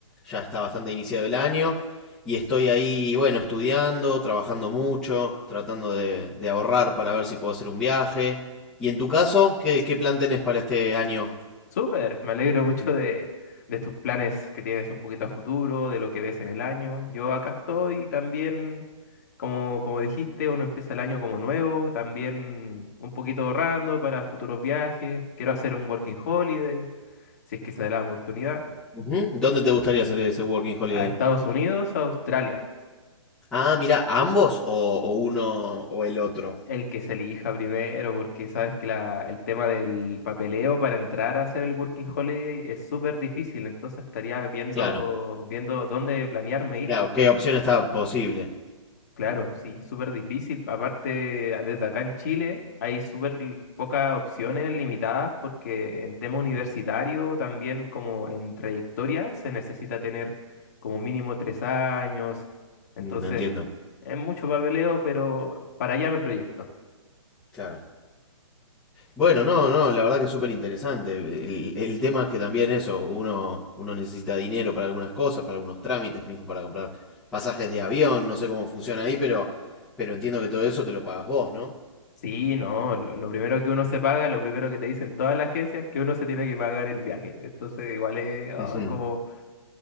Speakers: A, in the centre; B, on the left.
A: ya está bastante iniciado el año. Y estoy ahí, bueno, estudiando, trabajando mucho, tratando de, de ahorrar para ver si puedo hacer un viaje. ¿Y en tu caso, qué, qué plan tenés para este año?
B: Súper, me alegro mucho de, de tus planes que tienes un poquito a futuro, de lo que ves en el año. Yo acá estoy también, como, como dijiste, uno empieza el año como nuevo, también un poquito ahorrando para futuros viajes. Quiero hacer un working holiday, si es que se da la oportunidad,
A: Ujú, ¿Dónde te gustaría hacer ese working holiday?
B: a Estados Unidos, a Australia.
A: Ah, mira, ¿ambos o, o uno o el otro?
B: El que se elija primero, porque sabes que la, el tema del papeleo para entrar a hacer el working holiday es súper difícil, entonces estaría viendo,
A: Claro.
B: viendo dónde planearme ir.
A: Claro, ¿qué opción está posible?
B: Claro, sí, súper difícil. Aparte, a- desde acá en Chile hay súper l- pocas opciones limitadas porque en tema universitario, también como en trayectoria, se necesita tener como mínimo tres años. Entonces,
A: Mm, Entiendo.
B: es mucho papeleo, pero para allá me proyecto.
A: Claro. Bueno, no, no, la verdad que es súper interesante. El, el tema es que también eso, uno, uno necesita dinero para algunas cosas, para algunos trámites, mismo para comprar pasajes de avión, no sé cómo funciona ahí, pero, pero entiendo que todo eso te lo pagas vos, ¿no?
B: Sí, no, lo, lo primero que uno se paga, lo primero que te dicen todas las agencias es que uno se tiene que pagar el viaje. Entonces, igual es ah,
A: Ujú.
B: como